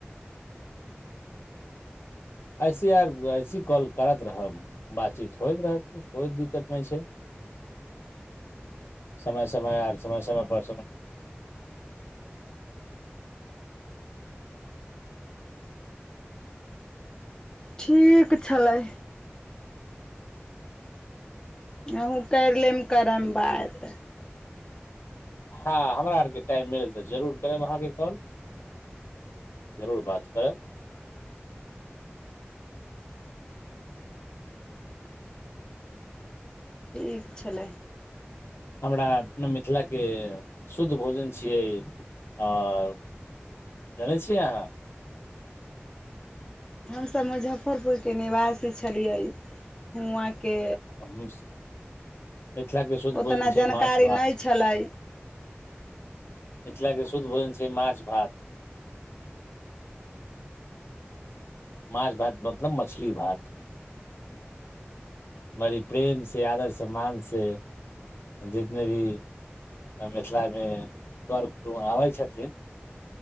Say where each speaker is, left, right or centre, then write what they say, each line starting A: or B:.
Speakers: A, on the left (about 70°); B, on the left (about 20°).
A: ऐ सी आर की काल करैत रहब बातचीत होयत रहत कोई दिक्कत नय छै समय समय पर
B: ठीक छलै अहू करि लेम करम बात
A: हँ हमरा आरके टाइम मिलल तऽ जरूर करब अहाँके कॉल जरूर बात करब
B: ठीक छलै
A: हमरा अपना मिथिलाके शुद्ध भोजन छियै आओर जनै छियै अहाँ
B: हम सभ मुजफ्फरपुर के निवासी छलियै हुआ के
A: हम मिथिलाके शुद्ध
B: ओतना
A: भोजन छै
B: जानकारी
A: माछ
B: नहि छलै
A: मिथिला के शुद्ध भोजन छै माछ भात माछ भात मतलब मछली भात बड़ी प्रेमसँ आदर सम्मानसँ जितने भी मिथिलामे कर कुटुमब आबै छथिन